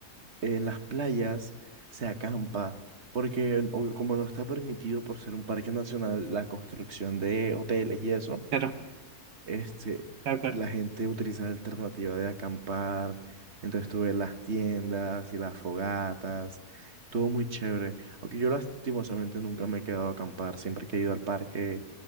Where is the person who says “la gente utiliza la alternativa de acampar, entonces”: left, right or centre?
Right